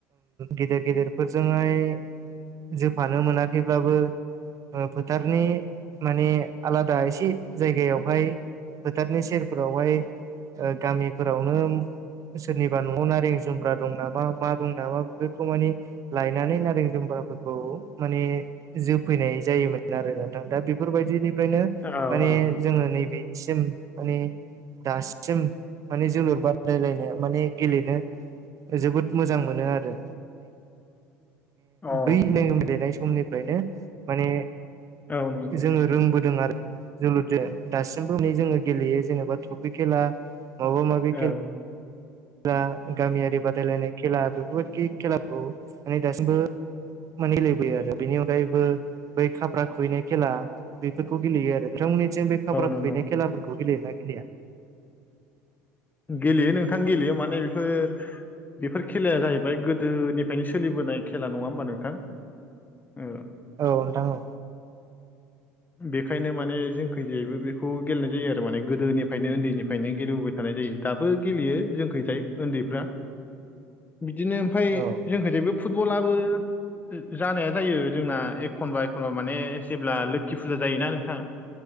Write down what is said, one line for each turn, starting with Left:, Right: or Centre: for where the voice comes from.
Right: गेदेर गेदेरफोरजोंहाय जोफानो मोनाखैब्लाबो फोथारनि माने आलादा एसे जायगायावहाय फोथारनि सेरफोरावहाय गामिफोरावनो सोरनिबा न'आव नारें जुम्ब्रा दं नामा मा दं नामा बेफोरखौ मानिे लायनानै नारें जुम्बाफोरखौ माने जोफैनाय जायोमोन आरो नां दा बेफोरबायदिनिफ्रायनो
Left: औ औ
Right: माने जोङो नैे बेसिम माने दासिम माने जोलुर बाद रायलायनो माने गेलेनो जोबोद मोजां मोनो आरो।
Left: औ
Right: बैनाय मिेलेनाय समनिफ्रायनो माने
Left: औ नंगौ
Right: जोङो रोंबोदों आरो जोलुरजों दासिमबो है जोङो गेलेयो जेनेबा ट्रफि खेला माब माब
Left: औ औ
Right: खेला गामियारि बादायलायनाय खेला बेफोरबायाददि खेलाफोरखौ मे दासिमबो मानिलायबोयो आरो बेनि अनगायैबो बै खााब्रा खुबैनाय खेला बेफोरखौ गेलेयो आरो नोंथांमोननि जों बे खाब्रा
Left: नंगौ
Right: खुबैनाय खेलाफोरखौ गेलेयोना गेलेया
Left: गेलेयो नोंथां गेलेयो माने बेफोर बेफोर खेलाया जाहैबाय गोदोनिफ्रायनो सोलिबोनाय खेला नङा होमबा नोंथां? औ।
Right: औ नोंथां औ
Left: <unintelligible> बेखायनो माने जों खैजेैबो बेखौ गेलेनाय जायो आरो माने गोदोनिफ्रायनो उन्दैनिफ्रायनो गेलेबोबाय थानाय जायो दाबो गेलेयो जोंखैजाय उन्दैफ्रा बिदिनो ओमफफ्राय
Right: औ
Left: जोंखौ जायो बे फुटबलाबो जानाया जायो जोंना एखनबा एखनबा माने जेब्ला लोखि फुजा जायोना नोंथां